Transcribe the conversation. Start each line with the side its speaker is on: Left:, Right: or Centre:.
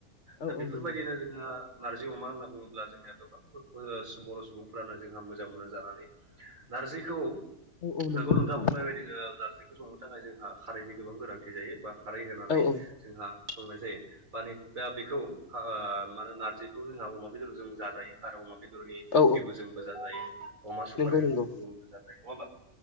Left: औ
Right: दा बेफोरबायदिनो
Left: औ नंगौ
Right: जोंहा नारजि अमा होनना बुङोब्ला जोंनिया गोबां बर' सुबुंफोरानो जोंहा मोजां मोनो जानानै नारजिखौ
Left: औ औ
Right: नोंगौ
Left: नंगौ नोंथां
Right: नोंथाङा बुंनाय बायदिनो नारजिखौ संनो थाखाय जोंहा खारैनि गोबां गोनांथि जायो बा खारै होनानै
Left: औ औ
Right: जोंहा संनाय जायो बाने दा बेखौ मा होने नारजिखौ जोंहा अमा बेदर जों जाजायो आरो अमा बेदरनि
Left: औ
Right: बिबुजोंबो जाजायो अमा सपारि
Left: नंगौ
Right: बि
Left: नंगौ
Right: जोंबो जाजायो नङा होमबा?